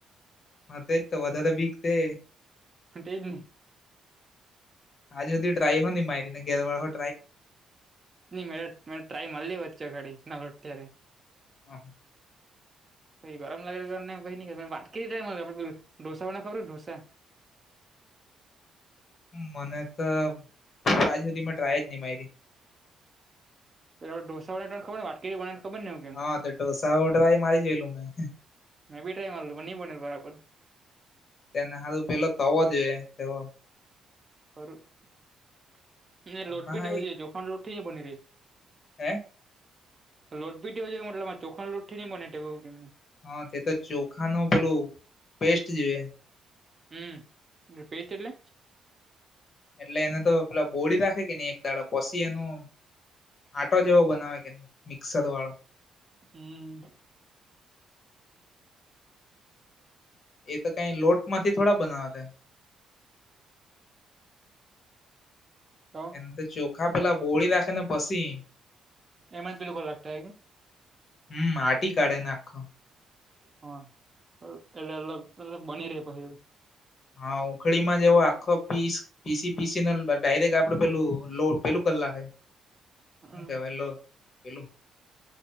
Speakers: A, on the left; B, on the right.
A: હ એ તો વધારે બીકતે
B: હ તે જ ની
A: આજ સુદી ટ્રાઈ હો ની મારીને ગેરવાળ હો
B: ન મે મે ટ્રાય મારેલી વચ્ચે ઘડી અત્યારે
A: અ હ
B: ગરમ લાગે વાત કરી ઢોસાને ખબર ઢોસા
A: મને તો આજુ સુધી મે ટ્રાય જ નહી મારી
B: પેલા ઢોસાવાળા નીખબર વાત કે વણ ખબરને
A: હા તો ઢોસા ઉઢવાય મારી જયેલું મેં
B: મેં બી ટ્રાય મારેલું પણ ની બનેલુ બરાબર
A: એને હારું પેલો તવો જવ
B: ખરું
A: હમણાં
B: લોટ બી દવું છે જોખાણ લોટ ન બની ર
A: હ
B: લોટ બી તેવો જોયે મતલબમાં ચોખણ લોટથી ની બને તેવો કેમ
A: હા તે તો ચોખા નું પેલું પેસ્ટ જે
B: હમ પેસ્ટ એટલે
A: એટલે એને તો પેલા બોળી નાખે કે ની એક દાડા પછી એનું આટો જેવો બનાવે કે ની મિક્સર વાળો
B: હમ
A: એ તો કઈ લોટ માંથી થોડા બનાવે ત
B: તો
A: એને ચોખા પેલા બોળી રાખે ને પછી
B: એમ જ પેલું <unintelligible>
A: હમ માટી કાઢે ને આખો
B: હા એટલે અલગ અલગ બની રેહ પહી
A: હા ઉખડીમાં જેવો આખો પીસ પીસી પીસીને ડાયરેક્ટ આપડે પેલું લો પેલું કરી લાખે હું
B: હમ
A: કેવાય લો પેલું